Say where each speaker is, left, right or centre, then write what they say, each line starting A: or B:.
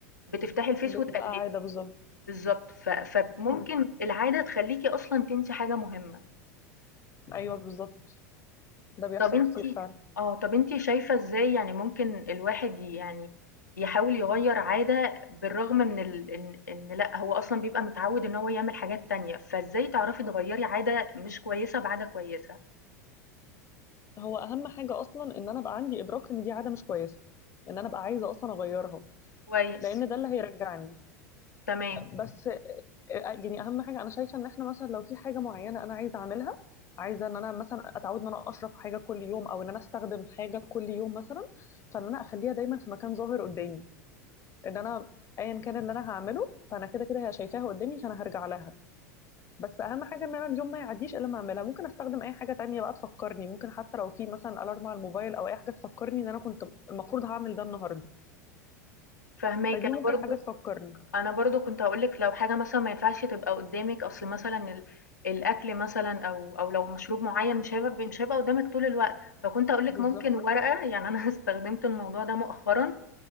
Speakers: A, on the left; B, on the left.
A: بتفتحي الفيس
B: ب-
A: وتقلبي،
B: بقى عادة بالظبط
A: بالضبط، ف فممكن
B: مم.
A: العادة تخليكِ أصلًا تنسي حاجة مهمة.
B: ايوه بالظبط ده بيحصل
A: طب أنتِ
B: كتير فعلا
A: آه، طب أنتِ شايفة إزاي يعني ممكن الواحد ي يعني يحاول يغيّر عادة بالرغم من ال إن إن لأ، هو أصلًا بيبقى متعوّد إن هو يعمل حاجات تانية، فإزاي تعرفي تغيّري عادة مش كويسة بعادة كويسة؟
B: هو اهم حاجه اصلا ان انا ابقى عندي ادراك ان دي عاده مش كويسه ان انا ابقى عايزه اصلا اغيرها
A: كويس،
B: لان ده اللي هيرجعني
A: تمام،
B: بس آه، يعني اهم حاجه انا شايفه ان احنا مثلا لو في حاجه معينه انا عايزه اعملها عايزه ان انا مثلا اتعود ان انا اشرب حاجه كل يوم او ان انا استخدم حاجه كل يوم مثلا فان انا اخليها دايما في مكان ظاهر قدامي ان انا ايا كان اللي انا هعمله فانا كده كده هي شايفاها قدامي فانا هرجع لها بس اهم حاجه ان انا اليوم ما يعديش الا ما اعملها ممكن استخدم اي حاجه تانية بقى تفكرني ممكن حتى لو في مثلا الارم على الموبايل او اي حاجه تفكرني ان انا كنت المفروض هعمل ده النهارده
A: فاهماكِ.
B: فدي
A: أنا
B: ممكن
A: برضه
B: حاجه تفكرني
A: أنا برضه كنت هاقول لِك لو حاجة مثلًا ما ينفعش تبقى قدّامِك، أصل مثلًا ال الأكل مثلًا أو أو لو مشروب معيّن مش هيبقى مش هيبقى قدّامِك طول الوقت، فكنت هاقول
B: بالظبط
A: لِك ممكن ورقة، يعني أنا <laughs> استخدمت الموضوع ده مؤخرًا،